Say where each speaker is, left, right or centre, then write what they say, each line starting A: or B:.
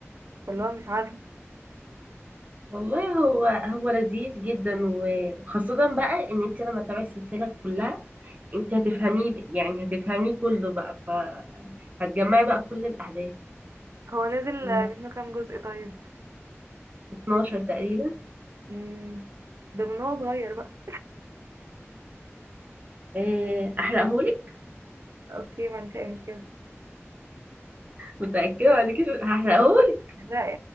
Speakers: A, on the right; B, on the right.
A: فاللي هو مش عارفه
B: والله هو هو لذيذ جدا و- وخاصة بقى ان انت لما تتابعي السلسلة كلها انت هتفهميه يعني هتفهميه كله بقى فهتجمعي بقى كل الاحداث
A: هو نزل
B: و
A: منه كام جزء طيب
B: 12 تقريبا
A: مم. ده من هو صغير بقى
B: آه، احرقهولك
A: اوكي ما عنديش اي مشكله
B: متأكدة بعد كده هحرقهولك
A: احرقي